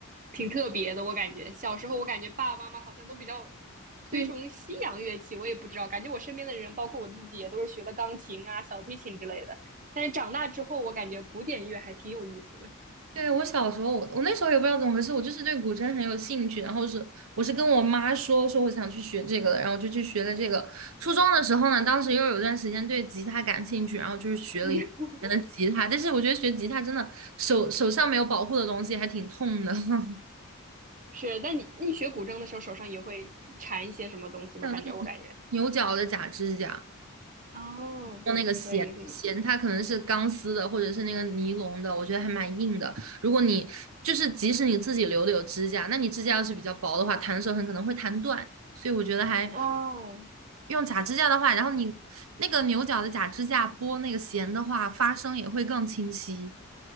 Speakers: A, on the right (about 35°); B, on the right (about 70°).
A: 挺特别的，我感觉小时候我感觉爸爸妈妈好像都比较推崇西洋乐器，
B: 对。
A: 我也不知道，感觉我身边的人，包括我自己，也都是学的钢琴啊、小提琴之类的。但是长大之后，我感觉古典乐还挺有意思的。
B: 对，我小时候，我我那时候也不知道怎么回事，我就是对古筝很有兴趣，然后是我是跟我妈说说我想去学这个的，然后我就去学了这个。初中的时候呢，当时又有段时间对吉他感兴趣，然后就是学了一年的吉他，
A: <laughs>
B: 但是我觉得学吉他真的手手上没有保护的东西还挺痛的，<laughs>
A: 是，那你你学古筝的时候，手上也会缠一些什么东西吗？
B: 像那个
A: 感觉我感觉。
B: 牛角的假指甲。
A: 哦，
B: 用那个弦弦，
A: 可以，可以。
B: 它可能是钢丝的，或者是那个尼龙的，我觉得还蛮硬的。如果你就是即使你自己留的有指甲，那你指甲要是比较薄的话，弹的时候很可能会弹断。所以我觉得还
A: 哦，
B: 用假指甲的话，然后你那个牛角的假指甲拨那个弦的话，发声也会更清晰。